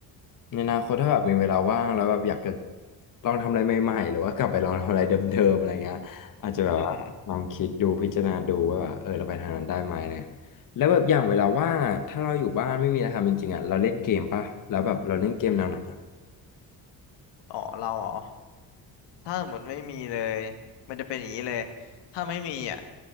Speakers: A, on the left; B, on the left.
A: ในอนาคตถ้าแบบมีเวลาว่างแล้วแบบอยากจะลองทำอะไรใหม่ๆหรือว่ากลับไปลองทำอะไรเดิมๆอะไรเงี้ยอาจจะแบบว่าลองคิดดูพิจารณาดูว่าแบบเออเราไปทางนั้นได้ไหมเนี่ย
B: <laughs>
A: แล้วแบบอย่างเวลาว่างอ่ะถ้าเราอยู่บ้านไม่มีอะไรทำจริงๆอ่ะเราเล่นเกมป่ะแล้วแบบเราเล่นเกมแนวไหนอ่ะ
B: อ๋อเราอ๋อถ้าสมมติไม่มีเลยมันจะเป็นอย่างนี้เลย ถ้าไม่มีอ่ะ